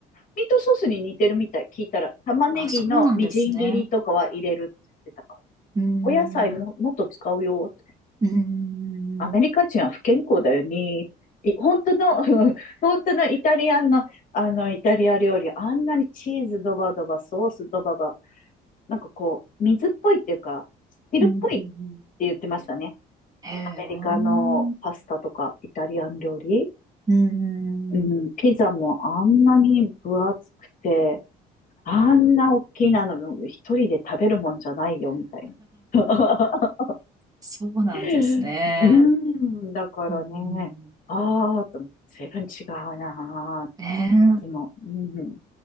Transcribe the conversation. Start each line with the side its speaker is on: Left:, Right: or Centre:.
Left: ミートソースに似てるみたい。聞いたら、玉ねぎのみじん切りとかは入れるって言ってたから、
Right: あ、そうなんですね。うーん。
Left: お野菜も、もっと使うよ。
Right: うーん。
Left: アメリカ人は不健康だよね。い本当の、<laughs> うん本当のイタリアンの、あの、イタリア料理、あんなにチーズドバドバ、ソースドババ、なんかこう、水っぽいっていうか、汁っぽいって言ってましたね。
Right: うん。へえ。
Left: アメリカのパスタとか、
Right: う
Left: イタリアン料理。
Right: ーん。
Left: うん、ピザもあんなに分厚くて、あんな大きいなの、一人で食べるもんじゃないよ、みたいな。<laughs>
Right: そうなんですね。
Left: <laughs> うーん、だからね、
Right: うん。
Left: ああ、と、随分違うなー、い
Right: ね
Left: つも、うん、